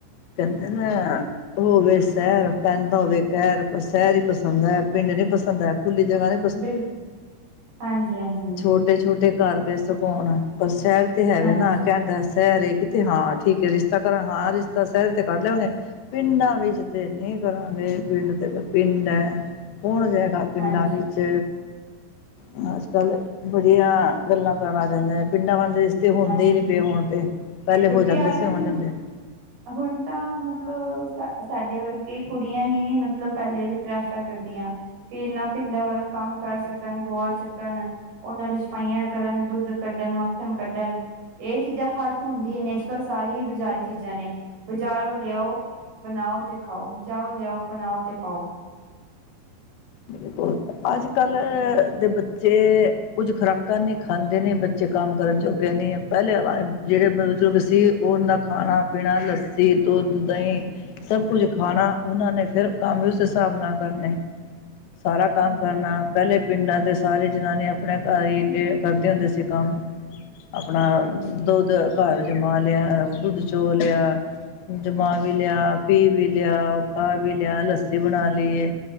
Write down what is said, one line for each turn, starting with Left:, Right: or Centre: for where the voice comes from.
Left: ਕਹਿੰਦੇ ਨਾ। ਹੋਵੇ ਸ਼ਹਿਰ ਪਹਿੰਦਾ ਹੋਵੇ ਕਹਿਰ ਸ਼ਹਿਰ ਹੀ ਪਸੰਦ ਹੈ ਪਿੰਡ ਨੀ ਪਸੰਦ ਹੈ ਖੁੱਲੀ ਜਗ੍ਹਾ ਨਾ।
Right: ਬਿਲ, ਹਾਂਜੀ- ਹਾਂਜੀ।
Left: ਛੋਟੇ- ਛੋਟੇ ਘਰ ਬੇਸਕ ਹੋਣ, ਪਰ ਸ਼ਹਿਰ ਤੇ ਹੈਵੇ
Right: ਹਾਂਜੀ
Left: ਨਾ, ਕਹਿਣਦਾ ਸ਼ਹਿਰ ਤੇ ਹਾਂ ਠੀਕ ਰਿਸ਼ਤਾ ਘ ਹਾਂ ਰਿਸ਼ਤਾ ਸਹਿਰ ਤੇ ਕਰੱਢ ਲਿਆ ਉਹਨੇ। ਪਿੰਡਾਂ ਵਿੱਚ ਤੇ ਨਹੀਂ ਕਰਾਂਗੇ, ਪਿੰਡ ਤੇ ਪਿੰਡ ਹੈ ਹੁਣ ਜੇ ਗੱਲ ਪਿੰਡਾਂ
Right: ਹਾਂਜੀ
Left: ਵਿੱਚ, ਅ ਪਹਿਲਾ ਬੜੀਆਂ ਗੱਲਾਂ ਕਰਨਾ ਆ ਜਾਂਦੇ ਹੈ, ਪਿੰਡਾਂ ਵਾਂਲੀ ਰੀਸ ਤੇ ਹੁੰਦੇ
Right: ਹਾਂਜੀ
Left: ਹੀ ਨੀ ਪਏ ਹੋਣ ਤੇ, ਪਹਿਲੇ
Right: ਕਿਉਂਕਿ
Left: ਹੋ ਜਾਂਦੇ
Right: ਅੱਜ
Left: ਸੀ ਹੁਣ ਨੀ ਹੁੰਦੀ।
Right: ਹੁਣ ਤਾਂ, ਮਤਲਬ ਸਾ ਸਾਡੇ ਵਰਗੇ ਕੁੜੀਆਂ ਹੀ ਨੀ ਮਤਲਬ ਪਹਿਲੇ ਪ੍ਰੈਫਰ ਕਰਦੀਆਂ। ਕਿ ਇਹਨਾਂ ਪਿੰਡਾਂ ਵੱਲੋਂ ਕੰਮ ਕਰ ਸਕਣ, ਗੋਆ ਚੱਕਣ ਉਹਨਾਂ ਦੀ ਸਫਾਈਆਂ ਕਰਨ, ਦੁੱਧ ਕੱਢਣ, ਮੱਖਣ ਕੱਢਣ। ਇਹ ਚੀਜ਼ਾਂ ਫਾਲਤ ਹੁੰਦੀਆਂ ਨੇ, ਅੱਜ- ਕੱਲ੍ਹ ਸਾਰੀ ਹੀ ਬਜ਼ਾਰੀ ਚੀਜ਼ਾਂ ਨੇ। ਬਾਜ਼ਾਰੋ ਲਿਆਓ, ਬਣਾਓ ਤੇ ਖਾਓ, ਬਜ਼ਾਰੋਂ ਲਿਆਓ ਬਣਾਓ ਤੇ ਪਾਓ।
Left: ਬਿਲਕੁਲ, ਅੱਜ- ਕੱਲ ਦੇ ਬੱਚੇ ਕੁੱਝ ਖੁਰਾਕਾਂ ਨਹੀਂ ਖਾਂਦੇ ਨੇ ਬੱਚੇ ਕੰਮ ਕਰਨ ਚੋਗੇ ਨਹੀਂ, ਪਹਿਲੇ ਜਿਹੜੇ ਬਜ਼ੁਰਗ ਸੀ ਉਹ ਨਾ ਖਾਣਾ- ਪੀਣਾ ਲੱਸੀ, ਦੁੱਧ, ਦਹੀਂ ਸਭ ਕੁੱਝ ਖਾਣਾ, ਉਹਨਾਂ ਨੇ ਫਿਰ ਕੰਮ ਉਸ ਹਿਸਾਬ ਨਾਲ ਕਰਨੇ। ਸਾਰਾ
Right: ਹਾਂਜੀ
Left: ਕੰਮ ਕਰਨਾ,
Right: ਹਾਂਜੀ
Left: ਪਹਿਲੇ ਪਿੰਡਾਂ ਦੇ ਸਾਰੇ ਜਨਾਨੀਆਂ ਆਪਣੇ ਘਰ ਹੀ ਲ ਕਰਦੇ ਹੁੰਦੇ ਸੀ ਕੰਮ। ਆਪਣਾ,
Right: ਹਾਂਜੀ
Left: ਦੁੱਧ ਘਰ ਜਮਾ ਲਿਆ, ਦੁੱਧ ਚੋ ਲਿਆ। ਜਮਾ ਵੀ ਲਿਆ, ਪੀ ਵੀ ਲਿਆ, ਉਹ ਖਾਹ ਵੀ ਲਿਆ, ਲੱਸੀ ਬਣਾ ਲਈਏ।